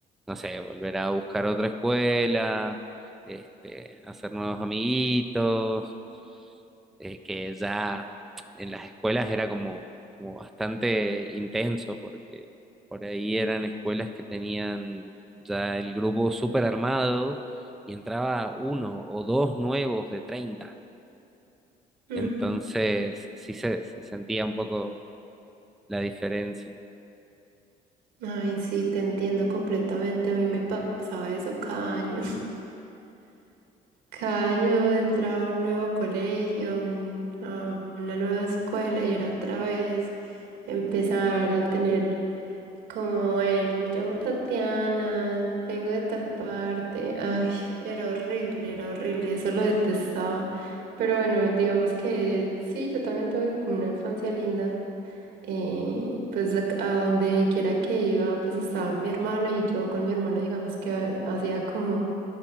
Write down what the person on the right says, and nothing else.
mm.
Ay, sí, te entiendo completamente. A mí me pasaba eso cada año. Cada año entraba a un nuevo colegio, un- a una nueva escuela y era otra vez empezar a tener como, bueno, me llamo Tatiana, vengo de tal parte. Ay, era horrible, era horrible, eso lo detestaba. Pero bueno, digamos que sí, yo también tuve como una infancia linda eh, pues a, a donde quiera que iba, pues estaba mi hermano y yo con mi hermano, digamos que ha- hacía como,